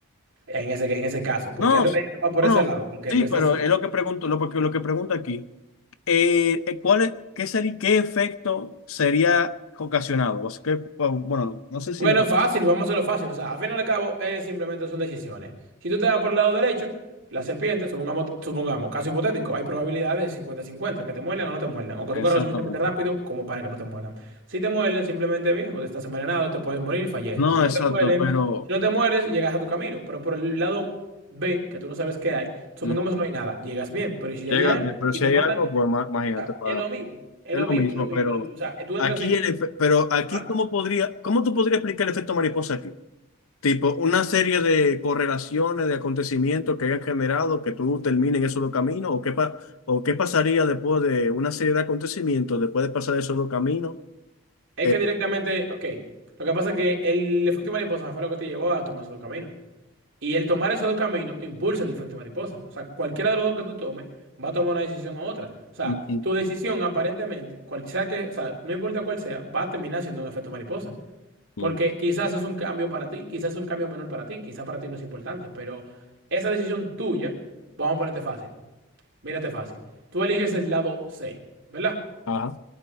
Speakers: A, on the right; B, on the left.
A: en ese, en ese caso. ¿Por
B: No,
A: qué te
B: s-
A: estás yendo más por
B: bueno,
A: ese lado? Porque
B: sí,
A: tú estás...
B: pero es lo que pregunto, lo, porque lo que pregunto aquí. Eh, eh, ¿cuál es, qué sería, qué efecto sería ocasionado? O sea, que, bueno, no sé si
A: Bueno,
B: me...
A: fácil, vamos a lo fácil. O sea, al final y al cabo, eh, simplemente son decisiones. Si tú te das por el lado derecho, la serpiente, supongamos, supongamos, caso hipotético, hay probabilidades de 50 cincuenta que te muerdan o no te muerdan, o que tú corras
B: Exactamente.
A: lo suficientemente rápido como para que no te muerdan. Si te muerden, simplemente viejo, estás envenenado, te puedes morir y falleces.
B: No,
A: Si no
B: exacto,
A: te mueren,
B: pero...
A: si no te mueres, llegas a tu camino. Pero por el lado B, que tú no sabes qué hay, supongamos
B: mm,
A: no hay nada, llegas bien, pero ¿y si
B: Llega,
A: ahí hay algo
B: pero
A: y
B: si
A: te
B: hay
A: matan,
B: algo,
A: o
B: pues ma- imagínate,
A: sea,
B: para...
A: es lo mismo, es
B: Es
A: lo
B: lo
A: mismo,
B: mismo,
A: es lo mismo,
B: pero
A: es lo mismo. O sea, tú entras
B: aquí
A: en...
B: el efe- pero aquí
A: ¿ah?
B: cómo podría, cómo tú podrías explicar el efecto mariposa aquí? Tipo, una serie de correlaciones, de acontecimientos que hayan generado que tú termines en esos dos caminos, o qué pa- o qué pasaría después de una serie de acontecimientos, después de pasar esos dos caminos.
A: Es
B: Eh,
A: que directamente, ok, lo que pasa es que el efecto mariposa fue lo que te llevó a tomar esos dos caminos. Y el tomar esos dos caminos impulsa el efecto mariposa. O sea, cualquiera de los dos que tú tomes va a tomar una decisión u otra. O sea,
B: mm, mm,
A: tu decisión aparentemente, cual sea que, o sea, no importa cuál sea, va a terminar siendo un efecto mariposa.
B: mm.
A: Porque quizás es un cambio para ti, quizás es un cambio menor para ti, quizás para ti no es importante, pero esa decisión tuya, vamos a ponerte fácil, mírate fácil. Tú eliges el lado C, ¿verdad?
B: Ajá,